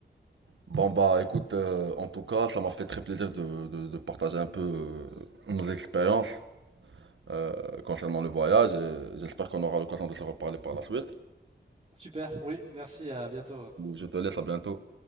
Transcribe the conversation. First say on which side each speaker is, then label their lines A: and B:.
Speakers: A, on the right; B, on the right.
A: Bon, bah, écoute, euh, en tout cas, ça m'a fait très plaisir de, de, de partager un peu euh, nos expériences. euh, concernant le voyage. euh, J'espère qu'on aura l'occasion de se reparler par la suite.
B: super. Oui, merci. À bientôt.
A: Je te laisse à bientôt.